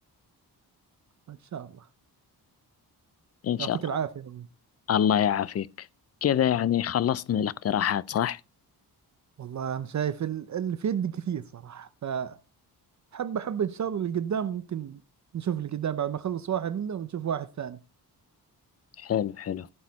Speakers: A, on the right; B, on the left.
A: ان شاء الله
B: إن شاء
A: يعطيك
B: الله
A: العافيه
B: الله يعافيك كذا يعني خلصنا الاقتراحات صح؟
A: والله أنا شايف ال- اللي في يدي كثير صراحة فحب حب إن شاء الله اللي قدام ممكن نشوف اللي قدام بعد ما أخلص واحد منه ونشوف واحد ثاني
B: حلو حلو